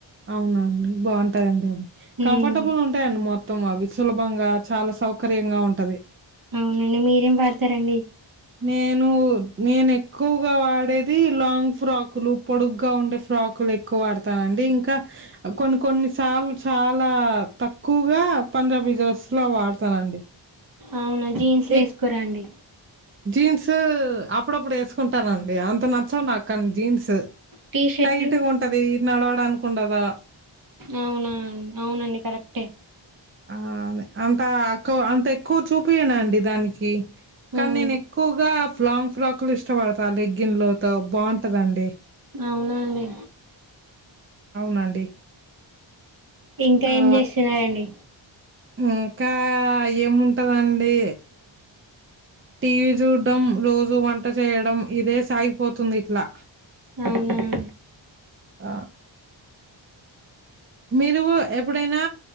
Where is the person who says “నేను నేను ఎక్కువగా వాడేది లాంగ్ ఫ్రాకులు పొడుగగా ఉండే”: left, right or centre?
Right